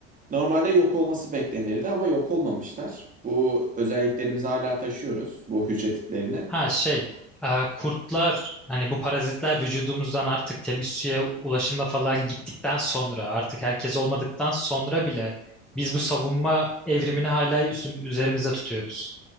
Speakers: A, on the right (about 20°); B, in the centre.
A: normalde yok olması beklenirdi ama yok olmamışlar. Bu özelliklerimizi hala taşıyoruz bu hücre tiplerini.
B: Ha şey e, kurtlar hani bu parazitler vücudumuzdan artık temiz suya ulaşımla falan gittikten sonra artık herkes olmadıktan sonra bile biz bu savunma evrimini hala üz- üzerimizde tutuyoruz.